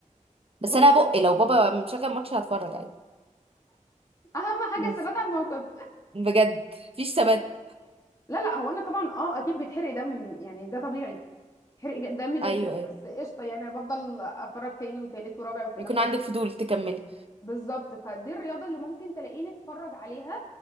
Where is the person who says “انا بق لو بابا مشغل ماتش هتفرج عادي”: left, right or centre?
Right